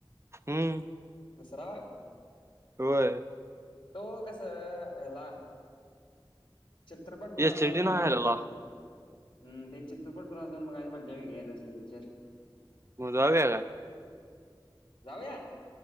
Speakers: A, on the right; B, on the left.
A: हम्म
B: दुसरा वाग.
A: होय.
B: तो कस हला. चित्रपट गह
A: एस
B: जाऊनच
A: टी नाही
B: बघायला
A: आलेला
B: मजाेते. हम ते चित्रपट क्रस जाऊन मग माज मजा घ्याय अससले पिक्चर
A: मग जाऊ या का?
B: जाऊया?